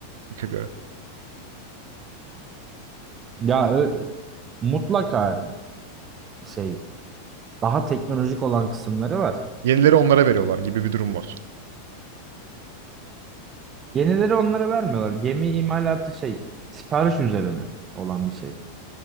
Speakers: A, on the right; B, on the right.
A: İK'a göre.
B: ya ö- mutlaka şey daha teknolojik olan kısımları var.
A: Yenileri onlara veriyorlar gibi bir durum var.
B: Yenileri onlara vermiyorlar. Gemi imalatı şey sipariş üzerine olan bir şey.